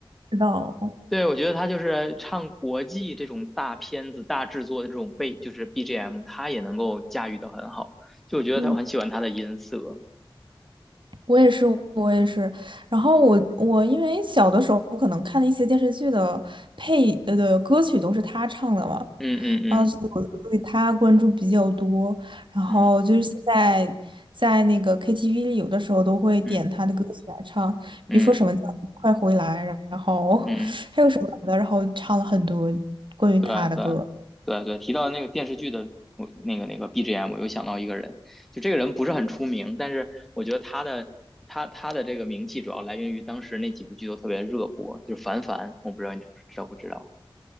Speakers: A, on the right; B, in the centre.
A: 知道，哦
B: 对，我觉得他就是唱国际这种大片子、大制作的这种背，就是 BGM，他也能够驾驭的很好。就我觉得他我很喜欢他的音色，
A: 嗯，我也是，我也是。然后我我因为小的时候可能看的一些电视剧的配呃的歌曲都是他唱的嘛，
B: 嗯嗯嗯
A: 然后所以我就对他关注比较多。然后就是现在在那个
B: 嗯
A: KTV 里，有的时候都会点他的歌曲来唱，
B: 嗯嗯
A: 比如说什么叫《快回来》，然后
B: 嗯，
A: 还有什么来的，然后唱了很多关于他的歌。
B: 对啊对啊对啊对啊。提到那个电视剧的我那个那个 BGM，我又想到一个人，就这个人不是很出名，但是我觉得他的他他的这个名气主要来源于当时那几部剧都特别热播，就是凡凡，我不知道你知不知道不知道，